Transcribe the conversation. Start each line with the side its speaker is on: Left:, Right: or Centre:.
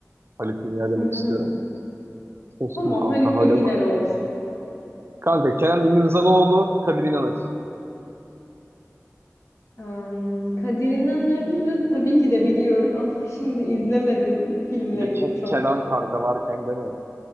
Right: Haluk Bilginer demek
Left: Hı hı.
Right: istiyorum. Seçtim
Left: Tamam
Right: kanka
Left: Haluk
Right: Haluk.
Left: Bilginer olsun.
Right: Kanka Kenan İmirzalıoğlu, Kadir İnanır.
Left: Am, Kadir İnanır'ı tabii ki de biliyorum ama <laughs> şimdi izlemedim filmlerini
Right: Bir de Ke-
Left: çok.
Right: Kenan kanka varken değil mi?